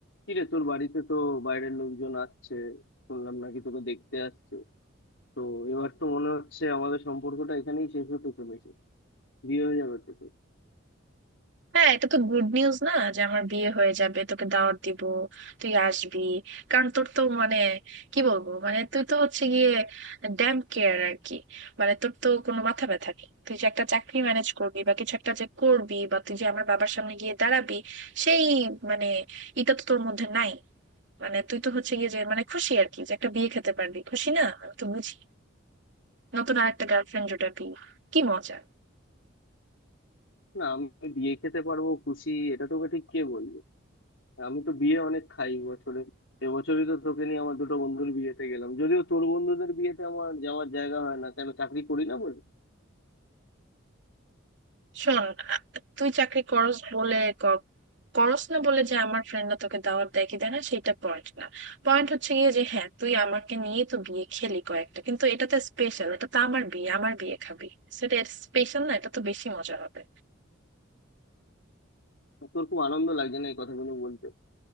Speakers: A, on the left (about 70°); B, on the right (about 60°).
A: কিরে তোর বাড়িতে তো বাইরের লোকজন আসছে শুনলাম নাকি তোকে দেখতে আসছে তো এবার তো মনে হচ্ছে আমাদের সম্পর্কটা এখানেই শেষ হতে চলেছে বিয়ে হয়ে যাবে তো তোর।
B: হ্যাঁ এটা তো গুড নিউজ না যে আমার বিয়ে হয়ে যাবে তোকে দাওয়াত দিব তুই আসবি কারণ তোর তো মানে কি বলবো মানে তুই তো হচ্ছে গিয়ে ড্যাম কেয়ার আর কি মানে তোর তো কোনো মাথা ব্যথা নেই তুই যে একটা চাকরি ম্যানেজ করবি বা কিছু একটা যে করবি বা তুই যে আমার বাবার সামনে গিয়ে দাঁড়াবি সেই মানে এটা তো তোর মধ্যে নাই মানে তুই তো হচ্ছে গিয়ে যে মানে খুশি আর কি যে একটা বিয়ে খেতে পারবি খুশি না আমি তো বুঝি নতুন আর একটা গার্লফ্রেন্ড জোটাবি কি মজা
A: না আমি বিয়ে খেতে পারবো খুশি এটা তোকে ঠিক কে বলবে আমি তো বিয়ে অনেক খাই বছরে এবছরই তো তোকে নিয়ে আমার দুটো বন্ধুর বিয়েতে গেলাম যদিও তোর বন্ধুদের বিয়েতে আমার যাওয়ার জায়গা হয় না কেন চাকরি করি না বলে
B: শোন আ- তুই চাকরি করস বলে ক- করস না বলে যে আমার ফ্রেন্ডরা তোকে দাওয়াত দেয় কি দেয় না সেটা পয়েন্ট না পয়েন্ট হচ্ছে গিয়ে যে হ্যাঁ তুই আমাকে নিয়ে তো বিয়ে খেলি কয়েকটা কিন্তু এটা তো স্পেশাল এটা তো আমার বিয়ে আমার বিয়ে খাবি সেটা স্পেশাল না এটা তো বেশি মজা হবে
A: তোর খুব আনন্দ লাগছে না এই কথাগুলো বলতে